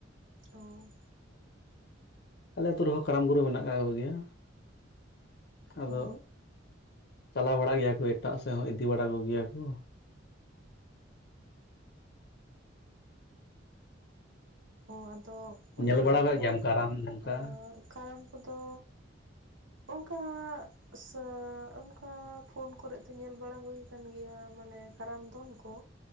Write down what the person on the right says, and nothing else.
ᱚ᱾
ᱚ
ᱚ ᱟᱫᱚ
<unintelligible>
ᱠᱟᱨᱟᱢ ᱠᱚᱫᱚ ᱚᱝᱠᱟ <unintelligible> ᱚᱱᱠᱟ ᱯᱷᱳᱱ ᱠᱚᱨᱮᱫ ᱫᱚ ᱧᱮᱞ ᱵᱟᱲᱟ ᱦᱩᱭ ᱠᱟᱱ ᱜᱮᱭᱟ ᱢᱟᱱᱮ ᱠᱟᱨᱟᱢ ᱫᱚᱱ ᱠᱚ᱾